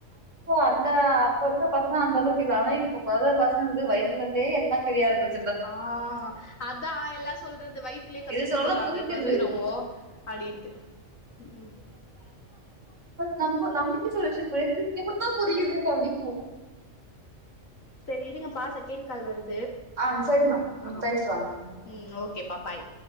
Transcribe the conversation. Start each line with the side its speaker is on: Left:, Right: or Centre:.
Right: அந்த அப்போ இருக்க பசங்க அந்த அளவுக்கு இல்ல ஆனா இப்ப பசங்களுக்கு வயசுல இருந்தே எல்லா தெரியாரமிச்சி
Left: ஆஹ் அதான் எல்லா சொல்றது வை லே கத்து
Right: எது
Left: குடுத்துறாங்கோ
Right: சொன்னாலும் புரிஞ்சிருது
Left: இப்ப இருக்குறவுங்கோ அப்படின்ட்டு உம்
Right: நம் <unintelligible> நீங்க எப்படித்தான் புரியுது அப்படின்னும்
Left: சரி இருங்கப்பா செகேண்ட் கால் வருது
Right: ஆம் சரிமா ம்
Left: ஆ
Right: பேசிட்டுவாங்க
Left: ம் ஓகேப்பா பாய்